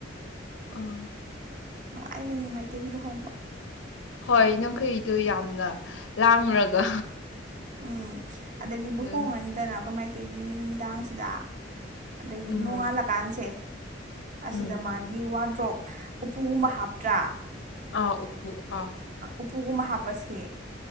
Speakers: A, on the left; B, on the right.
A: ꯑꯥ
B: ꯅꯨꯡꯉꯥꯏꯕꯅꯦ ꯃꯩꯇꯩꯒꯤ ꯂꯨꯍꯣꯡꯕ
A: ꯍꯣꯏ ꯅꯝꯈꯩꯗꯨ ꯌꯥꯝꯅ ꯂꯥꯡꯔꯒ
B: ꯎꯝ ꯑꯗꯒꯤ ꯂꯨꯍꯣꯡꯉꯅꯤ
A: ꯅꯪ
B: ꯇꯅ ꯑꯩꯈꯣꯏ ꯃꯩꯇꯩꯒꯤ ꯅꯨꯃꯤꯗꯥꯡꯁꯤꯗ ꯑꯗꯩꯗꯤ
A: ꯎꯝ
B: ꯅꯣꯡꯉꯥꯜꯂꯀꯥꯟꯁꯦ ꯑꯁꯤꯗ
A: ꯎꯝ
B: ꯃꯥꯒꯤ ꯋꯥꯗ꯭ꯔꯣꯞ ꯎꯄꯨꯒꯨꯝ ꯑꯃ ꯍꯥꯞꯇ꯭ꯔꯥ
A: ꯑꯥ ꯎꯄꯨ ꯑꯥ
B: ꯎꯄꯨꯒꯨꯝꯕ ꯍꯥꯞꯄꯁꯦ